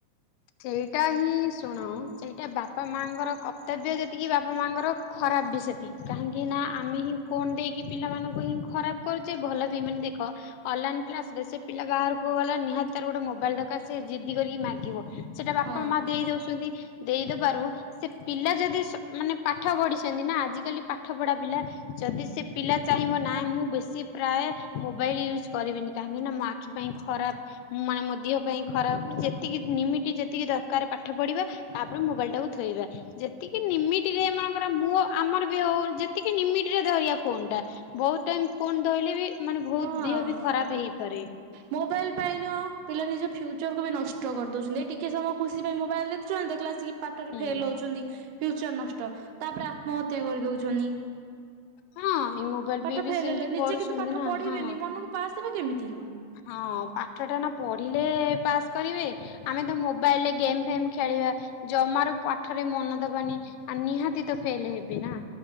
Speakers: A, on the left; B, on the right.
A: ସେଇଟା ହିଁ ଶୁଣ ସେଇଟା ବାପା ମାଙ୍କର କଥା ତବ୍ୟ ଯେତିକି ବାପା ମାଙ୍କର ଖରାପ ବି ସେତିକି କାହିଁକି ନା ଆମେ ହିଁ ଫୋନ ଦେଇକି ପିଲାମାନଙ୍କୁ ହିଁ ଖରାପ କରୁଛେ ଭଲ ଦିମିନିଟ୍ ଦେଖ। ଅନଲାଇନ କ୍ଲାସ ରେ ସେ ପିଲା ବାହାରକୁ ଗଲା ନିହାତି ତାର ଗୋଟେ ମୋବାଇଲ ଦରକାର ସେ ଜିଦି କରିକି ମାଗିବ। ସେଟା ବାପା
B: ହଁ
A: ମା ଦେଇ ଦଉଛନ୍ତି ଦେଇ ଦବାରୁ ସେ ପିଲା ଯଦି ମାନେ ପାଠ ପଢିଛନ୍ତି ନା ଆଜିକାଲି ପାଠ ପଢା ପିଲା ଯଦି ସେ ପିଲା ଚାହିଁବ ନାଇଁ ମୁଁ ବେଶୀ ପ୍ରାୟ ମୋବାଇଲ୍ ୟୁଜ୍ କରିବିନି କାହିଁକିନା ମୋ ଆଖି ପାଇଁ ଖରାପ। ମାନେ ମୋ ଦେହ ପାଇଁ ଖରାପ ଯେତିକି ନିମିଟି ଯେ ଏତିକି ଦରକାର ପାଠ ପଢ଼ିବା ତାପରେ ମୋବାଇଲି ଟାକୁ ଥୋଇବା। ଯେତିକି ନିମିଟି ରେ ମନେକର ମୋ ଆମର ବି ହଉ ଯେତିକି ନିମିଟ ରେ ଧରିବା ଫୋନ୍ ଟା। ବହୁତ ଟାଇମ ଫୋନ୍ ଧରିଲେ ବି ମାନେ ବହୁତ
B: ହଁ
A: ଦେହ ବି ଖରାପ ହେଇପାରେ।
B: ମୋବାଇଲ ପାଇଁନ ପିଲା ନିଜ ଫ୍ୟୁଚରକୁ ବି ନଷ୍ଟ କରିଦଉଛନ୍ତି ଏଇ ଟିକେ ସମୟ ଖୁସି ପାଇଁ ମୋବାଇଲ ଦେଖୁଛନ୍ତି ଦେଖିଲା ଆସିକି ପାଠରେ
A: ହୁଁ।
B: ଫେଲ ହଉଛନ୍ତି ଫ୍ୟୁଚର ନଷ୍ଟ ତାପରେ ଆତ୍ମହତ୍ୟା କରିଦଉଛନ୍ତି।
A: ହଁ ଏଇ ମୋବାଇଲ
B: ପାଠ
A: ବି ବି
B: ଫେଲ
A: ସେମିତି
B: ହେଲେ
A: କରୁଛନ୍ତି
B: ନିଜେ କିନ୍ତୁ ପାଠ
A: ନା
B: ପଢିବେନି
A: ହଁ
B: ମନକୁ ପାସ୍ ଦେବେ କେମିତି।
A: ହଁ ପାଠ ଟା ନା ପଢିଲେ ପାସ୍ କରିବେ। ଆମେ ତ ମୋବାଇଲ ରେ ଗେମ୍ ଫେମ ଖେଳିବା ଜମାରୁ ପାଠରେ ମନ ଦବାନି। ଆ ନିହାତି ତ ଫେଲ ହେବେ ନା।